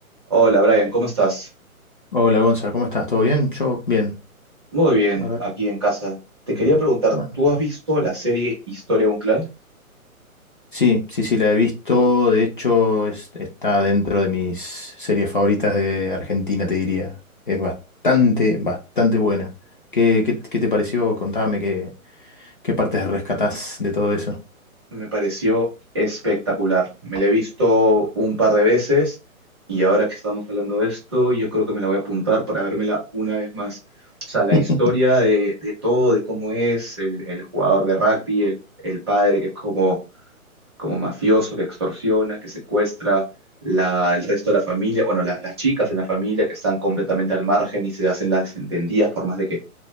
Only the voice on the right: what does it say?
Hola Brian, ¿cómo estás?
Muy bien,
aquí en casa. Te quería
preguntar,
¿tú has visto la serie Historia de un clan?
Me pareció espectacular. Me la he visto un par de veces y ahora que estamos hablando de esto, yo creo que me la voy a apuntar para vérmela una vez más. O sea, la
historia de, de todo, de cómo es el, el jugador de rugby, el, el padre que es como como mafioso que extorsiona, que secuestra la, el resto de la familia, bueno, la- las chicas en la familia que están completamente al margen y se hacen las desentendidas por más de que